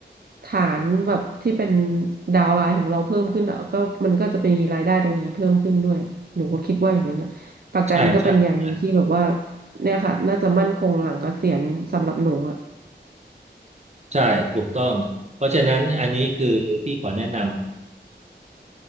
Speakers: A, on the right; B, on the right.
A: ฐานแบบที่เป็นดาวน์ไลน์ของเราเพิ่มขึ้นอ่ะก็มันก็จะเป็นรายได้ตรงนี้เพิ่มขึ้นด้วยหนูก็คิดว่าอย่างนั้นนะประกันก็เป็นอย่างหนึ่งที่แบบว่า
B: ใช่ใช่ใช่
A: เนี่ยค่ะน่าจะมั่นคงหลังเกษียณสำหรับหนูอ่ะ
B: ใช่ถูกต้องเพราะฉะนั้นอันนี้คือพี่ขอแนะน